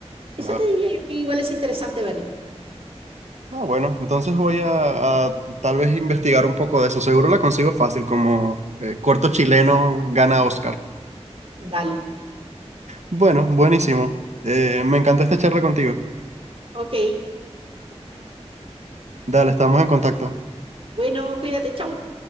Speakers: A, on the right; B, on the right.
A: Esa
B: claro.
A: te diría yo que igual es interesante verla.
B: Ah, bueno, entonces voy a, a tal vez investigar un poco de eso. Seguro la consigo fácil, como eh, corto chileno gana Oscar.
A: Dale.
B: Bueno, buenísimo. Eh, me encantó esta charla contigo.
A: Ok.
B: Dale, estamos en contacto.
A: Bueno, cuídate. Chau.